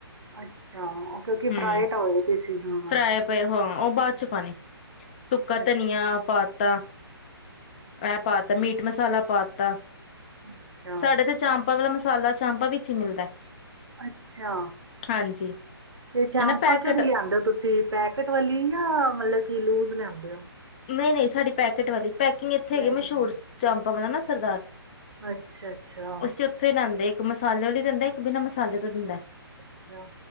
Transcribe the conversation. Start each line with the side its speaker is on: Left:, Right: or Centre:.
Right: ਅੱਛਾ ਉਹ ਕਿਉਂਕਿ
Left: ਹੂੰ
Right: ਫਰਾਏ ਤਾਂ ਹੋਏ ਪਏ ਸੀ ਹਾਂ
Left: ਫਰਾਏ ਪਏ ਹਾਂ ਉਹ ਬਾਅਦ ਚ ਪਾਨੀ ਸੁੱਕਾ
Right: ਅੱਛ-
Left: ਧਨੀਆ ਪਾ ਤ ਇਹ ਪਾਤਾ ਮੀਟ ਮਸਾਲਾ ਪਾ ਤਾ
Right: ਅੱਛਾ
Left: ਸਾਡੇ ਤੇ ਚਾਂਪਾ ਵਾਲਾ ਮਸਾਲਾ ਚਾਂਪਾਂ ਵਿੱਚ ਹੀ ਮਿਲਦਾ
Right: ਅੱਛਾ
Left: ਹਾਂਜੀ
Right: ਤੇ
Left: ਇਹ
Right: ਚਾਮਪਾਂ
Left: ਨਾ ਪੈਕਟ
Right: ਕਿਹੜੀ ਲਿਆਂਂਦੇ ਹੋ ਤੁਸੀਂ ਪੈਕਟ ਵਾਲੀ ਜਾਂ ਮਤਲਬ ਕੀ ਲੂਜ ਲੈਂਦੇ ਹੋ
Left: ਨਹੀਂ ਨਹੀਂ ਸਾਡੀ ਪੈਕੇਟ ਵਾਲੀ ਪੈਕਿੰਗ ਇੱਥੇ ਹੈਗੇ
Right: ਪੈਕਟ
Left: ਮਸ਼ਹੂਰ
Right: ਵਾਲੀ
Left: ਚਾਂਪਾਂ ਵਾਲਾ ਨਾ ਸਰਦਾਰ
Right: ਅੱਛਾ ਅੱਛਾ
Left: ਅਸੀਂ ਉੱਥੋਂ ਹੀ ਲੈਂਦੇ ਇੱਕ ਮਸਾਲੇ ਵਾਲ ਲਈ ਦਿੰਦਾ ਇੱਕ ਬਿਨਾਂ ਮਸਾਲੇ ਤੋਂ ਦਿੰਦਾ
Right: ਅੱਛਾ